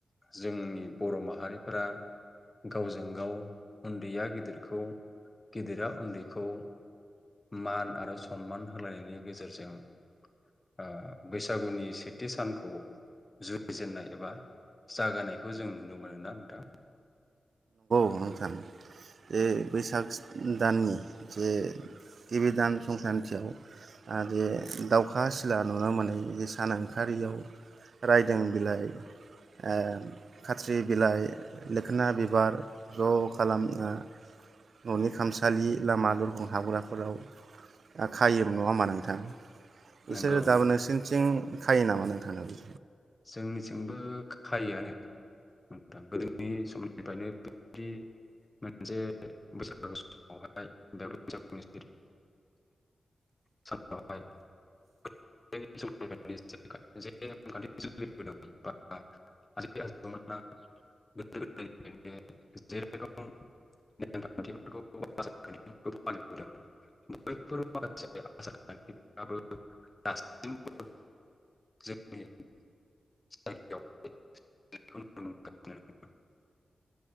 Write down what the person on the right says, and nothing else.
बे बैसागस दाननि जे गिबि दान संक्रान्तियाव आरो दावखा सिला नुनो मोनै बे सान ओंखारियाव रायदों बिलाइ ओ खाथ्रि बिलाइ मोखोना बिबार ज' खालामना न'नि खामसालि लामा दरखं हाबग्राफोराव खायोमोन नङा होमाबा नोंथां। बिसोरो
दाबो
नोंसिनिथिं खायो नामा नोंथांनाव बि